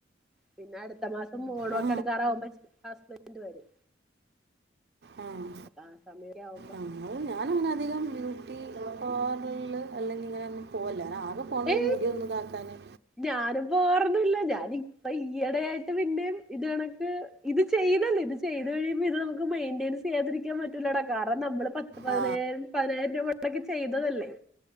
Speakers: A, in the centre; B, on the right.
A: പിന്നെ അടുത്ത മാസം ഓണോക്ക
B: ആ
A: അടുക്കാറാവുമ്പ ഹസ്ബൻഡ് വരും
B: ആഹ്
A: ആ സമയൊക്കെ ആവുമ്പോ
B: ആഹ് അത് ഞാനങ്ങന അധികം ബ്യൂട്ടി പാർലർല് അല്ലെങ്കി ഇങ്ങനെ ഒന്നും പോവില്ല ഞാനാകെ പോണത്
A: ഏ
B: ഈ മുടിയൊന്നു ഇതാക്കാന്
A: ഞാനും പോവാറൊന്നു ഇല്ല ഞാന് ഇപ്പ ഈ എട ടയായിട്ട് പിന്നേം ഇത് കണക്ക് ഇത് ചെതല്ലോ ഇത് ചെയ്ത് കഴിയുമ്പോ ഇത് നമുക്ക് മെയിന്റയിൻസ് ചെയ്യാതിരിക്കാൻ പറ്റൂല്ലടാ കാരണം നമ്മള് പത്ത് പതിനയ്യായിരം
B: ആ
A: പതിനായിരം രൂപ മൊട‌ക്കി ചെയ്തതല്ലേ